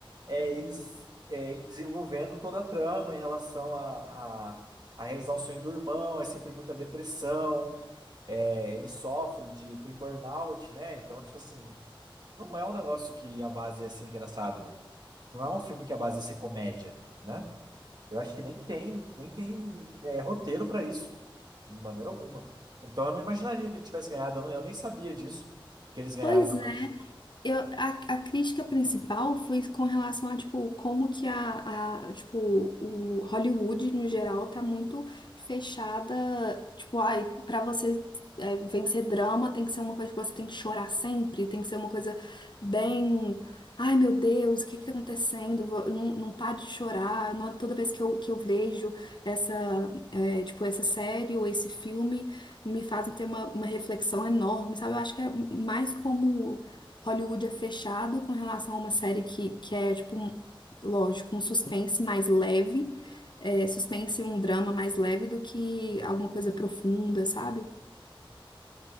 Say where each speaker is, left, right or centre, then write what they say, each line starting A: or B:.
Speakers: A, on the right (about 50°); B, on the left (about 55°).
A: é eles é ele desenvolvendo toda a trama em relação a, a, a realizar o sonho do irmão, é sempre muita depressão, é, ele sofre de, ele tem burnout, né? Então, tipo assim, não é um negócio que a base ia ser engraçado, não Não é um filme que a base ia ser comédia, né? Eu acho que nem tem, nem tem é, roteiro para isso, de maneira alguma. Então eu não imaginaria que ele tivesse ganhado, eu, não- eu nem sabia disso, que eles ganharam
B: Pois
A: na
B: é,
A: parte de
B: Eu, a, a crítica principal foi com relação a, tipo, como que a, a, tipo, o Hollywood, no geral, tá muito fechada, tipo, ai, pra você é, vencer drama tem que ser uma coisa que você tem que chorar sempre, tem que ser uma coisa bem, ai, meu Deus, o que que tá acontecendo? Vo- Não, não para de chorar, Não- toda vez que eu, que eu vejo essa, é, tipo, essa série ou esse filme, me fazem ter uma, uma reflexão enorme, sabe? Eu acho que é mais como Hollywood é fechado com relação a uma série que, que é, tipo, um- lógico, um suspense mais leve, é, suspense e um drama mais leve do que alguma coisa profunda, sabe?